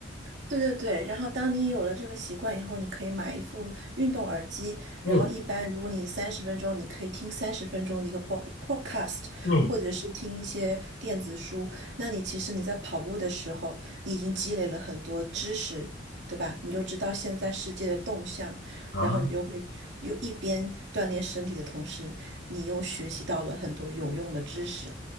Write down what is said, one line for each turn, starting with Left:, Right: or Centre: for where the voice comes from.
Right: 对对对，然后当你有了这个习惯以后，你可以买一副运动耳机，
Left: 嗯
Right: 然后一般如果你三十分钟，你可以听三十分钟的一个 pod- podcast，
Left: 嗯，
Right: 或者是听一些电子书，那你其实你在跑步的时候，你已经积累了很多知识，对吧？你就知道现在世界的动向，
Left: 啊。
Right: 然后你就会又一边锻炼身体的同时，你又学习到了很多有用的知识。